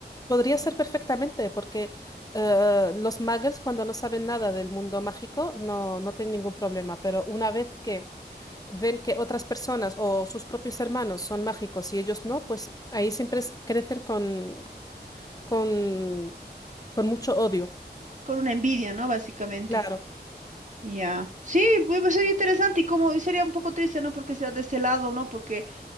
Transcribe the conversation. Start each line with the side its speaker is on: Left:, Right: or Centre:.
Left: Podría ser perfectamente, porque eh, los muggles cuando no saben nada del mundo mágico no, no tienen ningún problema, pero una vez que ven que otras personas o sus propios hermanos son mágicos y ellos no, pues ahí siempre es- crecen con, con, con mucho odio.
Right: con una envidia, ¿no? Básicamente.
Left: Claro,
Right: Ya, Sí, pues pues, sería interesante y como y sería un poco triste, ¿no? Porque sea de ese lado, ¿no? Porque